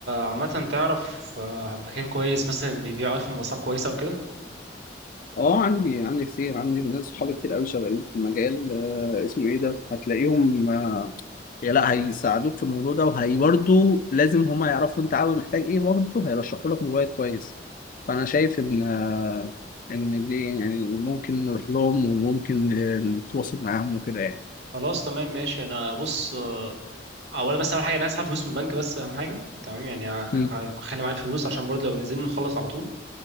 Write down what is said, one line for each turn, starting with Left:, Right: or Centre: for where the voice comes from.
Right: عامة تعرف آه، مكان كويس مثلا بيبيع ايفون بأسعار كويسة او كده
Left: اه عندي عندي كتير عندي ناس صحابي كتير قوي شغالين في المجال آه اسمه ايه ده هتلاقيهم آه، يا لا هيساعدوك في الموضوع ده وهي برضه لازم هما يعرفوا انت عاوز محتاج ايه برضه هيرشحوا لك موبايل كويس فانا شايف ان آه، ان دي يعني ممكن نروح لهم وممكن آه، نتواصل معاهم وكده يعني
Right: خلاص تمام ماشي انا بص آه، اولا بس اول حاجة انا هسحب فلوس من البنك بس اهم حاجة تمام يعني ه-
Left: مم.
Right: هخلي معايا الفلوس عشان برضه لو نزلنا نخلص على طول